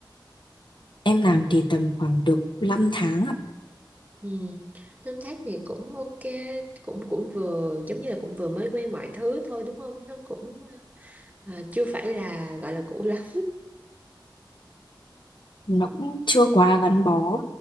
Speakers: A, on the left; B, on the right.
A: em làm thì tầm khoảng được 5 tháng ạ
B: Ừ. Tóm tắt thì cũng ok, cũng cũng vừa giống như là cũng vừa mới quen mọi thứ thôi đúng không? Nó cũng ờ, chưa phải là gọi là cũ lắm.
A: nó cũng chưa quá gắn bó